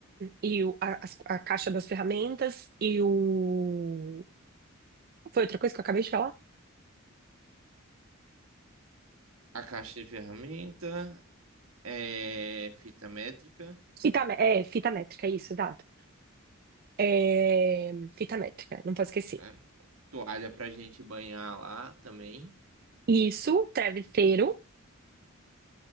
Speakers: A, on the right; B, on the right.
A: e o- a, as- a caixa das ferramentas e o. Foi outra coisa que eu acabei de falar?
B: A caixa de ferramenta. É, fita métrica,
A: Fita, mé- é, fita métrica, isso, exato. É, fita métrica, não posso esquecer.
B: né? Toalha pra gente banhar lá também.
A: Isso, travesseiro.